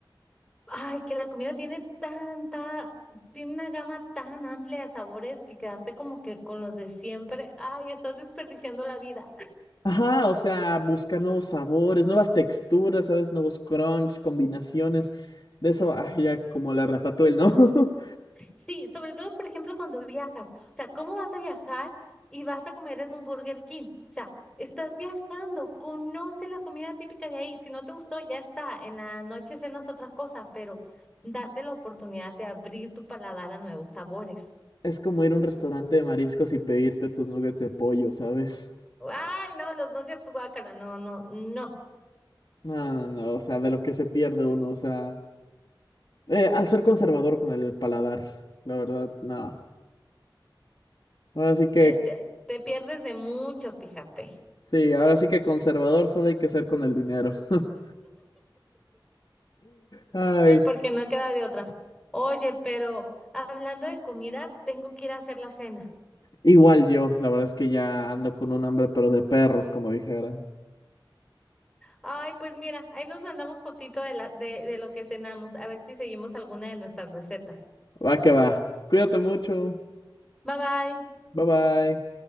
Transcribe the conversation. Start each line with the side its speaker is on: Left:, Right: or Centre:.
Centre: Ay, que la comida tiene tanta, tiene una gama tan amplia de sabores que quedarte como que con los de siempre, ay, estás desperdiciando la vida.
Left: Ajá, o sea, buscar nuevos sabores, nuevas texturas, ¿sabes? Nuevos crunch, combinaciones. De eso, ay, ya como la ratatouille, ¿no? <laughs>
Centre: Sí, sobre todo, por ejemplo, cuando viajas. O sea, ¿cómo vas a viajar y vas a comer en un Burger King? O sea, estás viajando, conoce la comida típica de ahí. Si no te gustó, ya está. En la noche cenas otra cosa, pero date la oportunidad de abrir tu paladar a nuevos sabores.
Left: Es como ir a un restaurante de mariscos y pedirte tus nuggets de pollo, ¿sabes?
Centre: Ay, no, los nuggets, guácala, no, no, no.
Left: No, no, no, o sea, de lo que se pierde uno, o sea. Eh, al ser conservador con el paladar, la verdad, no. Ahora sí que,
Centre: Te, te, te pierdes de mucho, fíjate.
Left: sí, ahora sí que conservador solo hay que ser con el dinero. <laughs> Ay,
Centre: Sí, porque no queda de otra. Oye, pero hablando de comida, tengo que ir a hacer la cena.
Left: igual yo, la verdad es que ya ando con un hambre, pero de perros, como dijeran.
Centre: Ay, pues mira, ahí nos mandamos fotito de la, de, de lo que cenamos, a ver si seguimos alguna de nuestras recetas.
Left: Va que va. Cuídate mucho.
Centre: Bye bye.
Left: Bye bye.